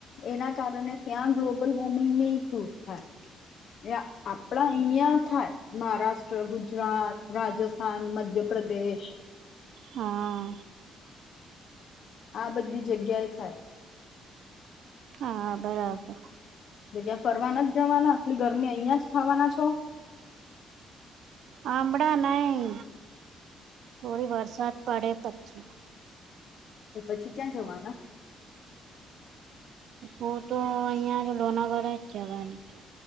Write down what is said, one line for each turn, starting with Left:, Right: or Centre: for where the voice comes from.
Left: એના કારણે ત્યાં ગ્લોબલ વોર્મિંગ નહી સૂટ થાય. આપણા અહીંયા થાય. મહારાષ્ટ્ર, ગુજરાત, રાજસ્થાન, મધ્યપ્રદેશ.
Right: હા
Left: આ બધી જગ્યાએય થાય.
Right: હા! બરાબર.
Left: તો ત્યાં ફરવાના નથ જવાના, એટલી ગરમી અહીંયા જ ખાવાના છો.
Right: આંબળા નઈ, થોડી વરસાદ પડે પછી.
Left: તો પછી, ક્યાં જવાના?
Right: તો તો અહિયાં જ લોનાવલા જ જવાના.